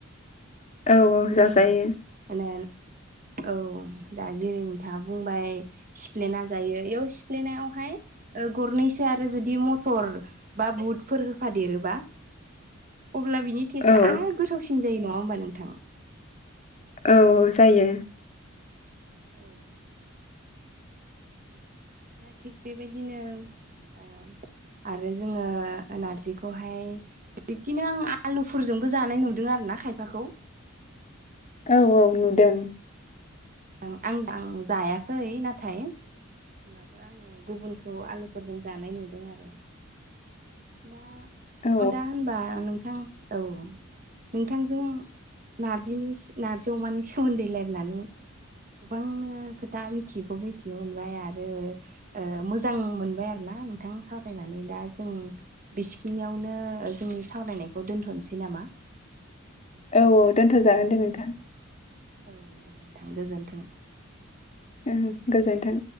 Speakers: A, on the left; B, on the right.
A: औ औ
B: बिथिं
A: जाजायो
B: माने औ दा जेरै- नोंथाङा बुंबाय सिफ्लेना जायो इयाव सिफ्लेनायावहाय ओ गरनैसो आरो जुदि मटर बा बुटफोर होफादेरोबा। अब्ला बिनि टेस्टआ
A: औ
B: आरो गोथावसिन जायो नङा होमबा नोंथां?
A: औ जायो। <unintelligible>
B: ओ दा थिग बेबायदिनो
A: <inaudible>
B: ओ आरो जोङो नारजिखौहाय बिब्दिनो आं आलुफोरजोंबो जानाय नुदों आरोोना खायफाखौ
A: औ औ नुदों
B: आं आं जायाखै नाथाय होनबाबो आङो गुबुनखौ आलुफोरजों जानाय नुदों आरो दा
A: औ
B: दा होनबा नोंथां औ नोंथांजों नारजिनि नार्जि अमानि सोमोन्दै रायनानै गोबांनो खोथा मिथियैखौ मिथिनो मोनबाय आरो मोजां मोनबाय आरोोना नोंथां सावरायनानै दा जों बिसिखिनियावनो जोंनि सावरायनायखौ दोनथ'नोसै नामा
A: औ औ दोन्थ' जागोन दे नोंथां
B: औ दे नोंथां गोजोन्थों
A: ओ गोजोन्थों